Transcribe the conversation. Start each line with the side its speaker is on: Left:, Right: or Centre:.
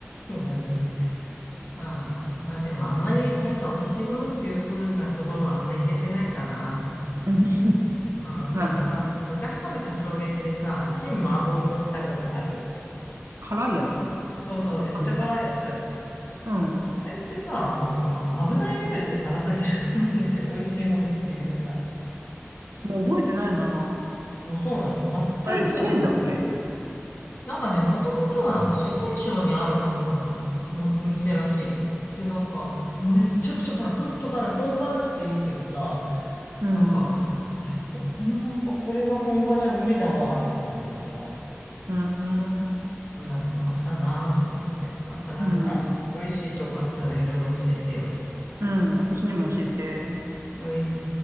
Left: そうだね。まあ、まあでもあんまりなんか美味しいものっていう風なところはあんまいけてないかな。
Right: <laughs> うん
Left: うん、
Right: なるほど。
Left: なんかさ、昔食べた衝撃でさ、チン麻婆豆腐って食べたことある
Right: 辛いやつ
Left: そうそう、
Right: わかる
Left: めっちゃ辛いやつ。
Right: うん。
Left: あれってさ、もうさ、危ないレベルで辛すぎると思うんだけど、<laughs> 美味しいものっていうか。
Right: もう覚えてないな。
Left: もうそうなの。
Right: あれ、
Left: 全くさ、
Right: チェーンだっけ
Left: なんかね、もともとはなんか四川省にあるなんかあの、もお店らしいよ。で、なんか、めっちゃくちゃ辛い。ほんと辛い。本場だって言うけどさ、
Right: うん。
Left: なんか、
Right: う
Left: いや、ほ、ほんま、こ、これが本場じゃ無理だわーって感じでさ、
Right: ん。
Left: そんなのがあったなぁと思って。またなんか、
Right: うん。
Left: 美味しいとこあったらいろいろ教えてよ。
Right: うん。私にも教えて。
Left: はい。